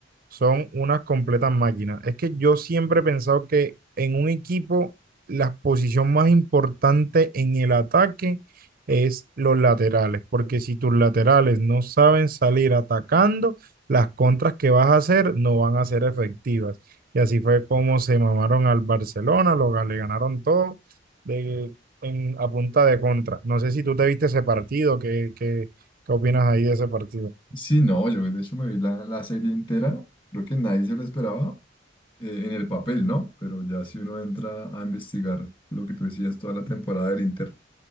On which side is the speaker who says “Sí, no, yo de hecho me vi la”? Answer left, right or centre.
Left